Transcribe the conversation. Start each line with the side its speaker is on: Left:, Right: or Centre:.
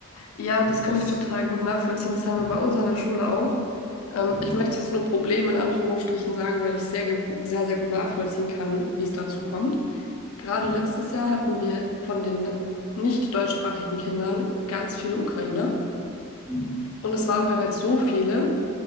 Left: Ja, das
Right: Und
Left: kann
Right: das,
Left: ich total gut nachvollziehen. Das haben wir
Right: mm,
Left: bei uns an der Schule auch. Ähm,
Right: mm,
Left: ich möchte jetzt nur Problem in Anführungsstrichen sagen, weil ich sehr, ge- sehr, sehr gut nachvollziehen kann, wie es dazu kommt. Gerade
Right: mm,
Left: letztes Jahr hatten wir von den nicht deutschsprachigen Kindern ganz viele Ukrainer.
Right: mm.
Left: Und es waren bereits so viele,